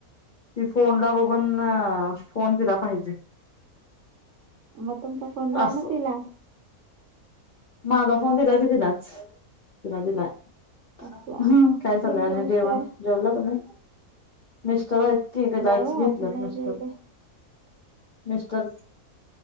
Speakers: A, on the left; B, on the right.
A: ती फोन ला बघून फोन तिला पाहिजे
B: मग तुमचा फोन द्या
A: अस
B: ना तिला.
A: माग फोन दिला की तिलाच तिला दिला आहे
B: अच्छा.
A: काय चाललं
B: तुमचे
A: आणि
B: मिस्टर?
A: जेवण जेवला तुम्ही मिस्टर आहेत की रजा
B: नाही
A: घेतल्यात
B: हो अजून नाही
A: मिस्टर
B: जेवले.
A: मिस्टर